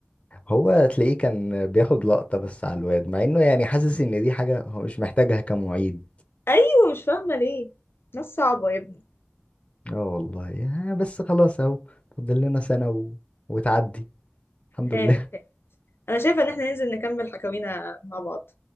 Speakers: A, on the left (about 30°); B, on the left (about 70°).
A: هو تلاقيه كان بياخد لقطة بس على الواد مع إنه يعني حاسس إن دي حاجة هو مش محتاجها كمعيد
B: ايوه مش فاهمه ليه ناس صعبه يا ابني
A: اه والله يعني بس خلاص أهو فاضل لنا سنة و... وتعدي الحمد
B: هانت
A: لله
B: هانت. انا شايفه ان احنا ننزل نكمل حكاوينا مع بعض